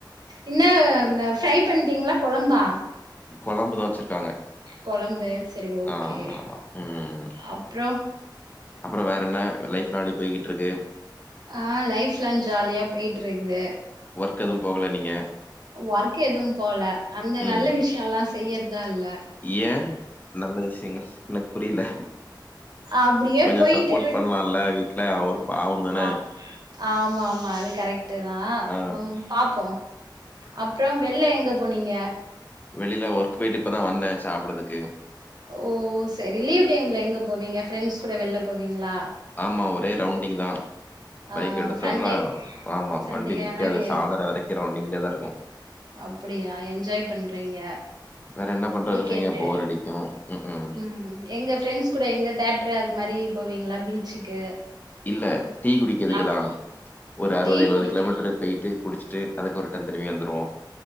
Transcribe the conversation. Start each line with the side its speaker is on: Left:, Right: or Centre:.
Right: இன்னா அந்த ஃப்ரை பண்ணிட்டீங்களா கொழம்பா
Left: கொழம்புதா வச்சிருக்காங்க
Right: கொழம்பு சரி ஓ
Left: ஆமா
Right: கே
Left: ஆமா ம்
Right: அப்புறோ
Left: அப்புறோ வேற என்ன லைஃப்லா எப்டி போயிகிட்டு இருக்கு
Right: ஆ லைஃப் லா ஜாலியா போயிட்டு இருக்குது
Left: ஒர்க் எதுவு போகல நீங்க
Right: ஒர்க் எதுவு போகல அந்த
Left: ம்
Right: நல்ல விஷ் எல்லா செய்யறதா இல்ல
Left: ஏ நல்ல விஷயங்கள் எனக்கு புரில
Right: அப்டியே
Left: கொஞ்சோ
Right: போயிட்டு
Left: சப்போர்ட் பண்லால வீட்ல அவரு பாவந்தான
Right: ஆம் ஆமா ஆமா அது கரெக்ட்டு தா
Left: ஆ
Right: ம் பாப்போ அப்பறம் வெள்ல எங்க போனீங்க
Left: வெளில ஒர்க் போயிட்டு இப்பதா வந்தே சாப்பிடறதுக்கு
Right: ஓ சேரி லீவ் டைம்லே எங்க போவீங்க ஃப்ரெண்ட்ஸ் கூட வெள்ல போவீங்களா
Left: ஆமா ஒரே ரவுண்டிங் தா
Right: ஆ
Left: பைக் எடுத்தோம்னா
Right: சண்டே
Left: ஆமா
Right: சண்டே
Left: வண்டி நிக்காது
Right: ஆனா வே
Left: சாந்தர வரைக்கு ரவுண்டிங்லே தா இருக்கு
Right: அப்புடியா என்ஜாய் பண்றீங்க
Left: வேறே என்ன பண்ணர
Right: வீக்கெண்டு
Left: சொல்றீங்கே போர் அடிக்கு ம்ஹுக்கு
Right: ம் எங்க ஃப்ரெண்ட்ஸ் கூட எங்கே தேட்ரு அதுமாரி போவீங்களா பீச்சுக்கு
Left: இல்ல டீ குடிக்கதுக்குதா
Right: ஆ
Left: ஒரு அறுவது
Right: டீ
Left: எழுவது
Right: குடிக்க
Left: கிலோமீட்டரு பெய்ட்டு குடிச்சுட்டு அதுக்கு ஒருடன் திரும்பி வந்துருவோ